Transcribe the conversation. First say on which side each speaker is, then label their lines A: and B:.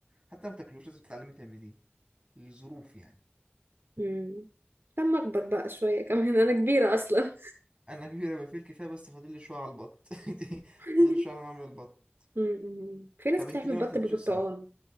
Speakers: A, on the right (about 25°); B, on the right (about 60°).
A: حتى ما تاكلوش لازم تتعلمي تعمليه الظروف يعني
B: <laughs> أمم. لما اكبر بقى شويه كمان انا كبيره اصلا
A: انا كبيره بقى فيه الكفايه بس فاضل لي شويه على البط <laughs>
B: <laughs>
A: فاضل لي شويه على ما اعمل البط
B: أمم. في ناس
A: طب
B: بتعمل
A: انت ليه ما
B: بط
A: بتحبيش
B: بالبرتقال
A: السمك